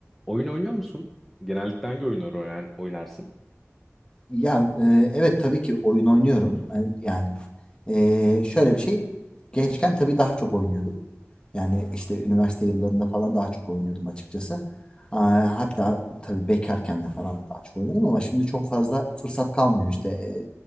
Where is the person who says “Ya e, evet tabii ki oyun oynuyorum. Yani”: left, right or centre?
Left